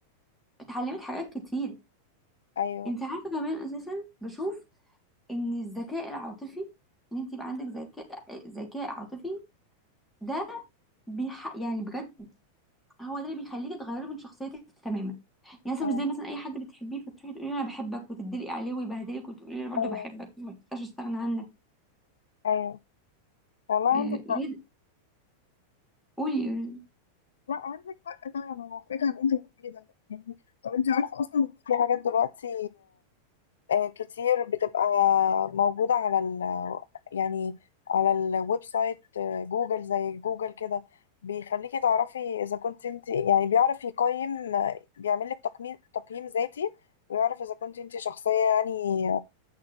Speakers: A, in the centre; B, on the left (about 65°).
A: اتعلمت حاجات كتير
B: ايوه
A: انت عارفه كمان اساسا بشوف ان الذكاء العاطفي ان انت يبقى عندك ذكاء ذكاء عاطفي ده بيح... يعني بجد هو ده اللي بيخليكي تغيري من شخصيتك تماما يعني مثلا
B: أمم.
A: مش زي مثلا اي حد بتحبيه فتروحي تقولي له انا بحبك وتدلقي عليه ويبهدلك وتقولي له انا برضه
B: ايوه
A: بحبك ما تقدرش استغنى عنك
B: ايوه والله
A: آه،
B: عندك
A: إيه،
B: حق
A: قولي
B: لا عندك حق طبعا انا محتاجه ان انت بتقولي ده يعني طب انت عارفه اصلا في حاجات دلوقتي آه، كتير بتبقى موجوده على ال يعني على الويب سايت آه، جوجل زي جوجل كده بيخليكي تعرفي اذا كنت انت يعني بيعرف يقيم آه، بيعمل لك تقييم تقييم ذاتي ويعرف اذا كنت انت شخصيه يعني